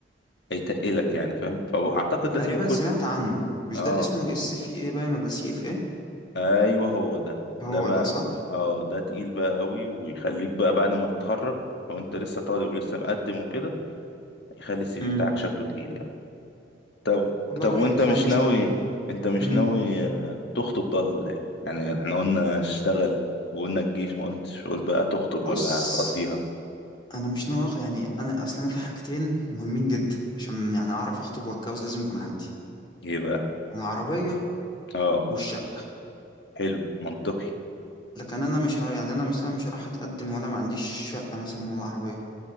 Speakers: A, on the left (about 65°); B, on the left (about 25°).
A: هيتقلك يعني فاهم فاعتقد لازم
B: تقريبا
A: كل
B: سمعت عنه مش
A: اه
B: ده اللي اسمه اس في ايه باين ولا سي اف ايه
A: ايوه هو ده
B: هو
A: ده بقى
B: ده صح
A: اه ده تقيل بقى قوي ويخليك بقى بعد ما تتخرج لو انت لسه طالب ولسه مقدم وكده هيخلي السي
B: امم
A: في بتاعك شكله تقيل يعني طب
B: والله
A: طب
B: الواحد
A: وانت مش
B: فعلا
A: ناوي
B: شايل هم
A: انت مش
B: امم
A: ناوي آه، تخطب بقى ولا ايه يعني احنا قلنا اشتغل وقلنا الجيش ما قلتش قلت بقى تخطب
B: بص
A: ولا هتقضيها
B: انا مش ناوي اخد يعني انا اصل انا في حاجتين مهمين جدا عشان يعني اعرف اخطب واتجوز لازم يكون عندي
A: ايه بقى
B: العربيه
A: اه
B: والشقه
A: حلو منطقي
B: لكن انا مش هر... يعني انا مثلا مش هروح اتقدم ولا ما عنديش شقه مثلا ولا عربيه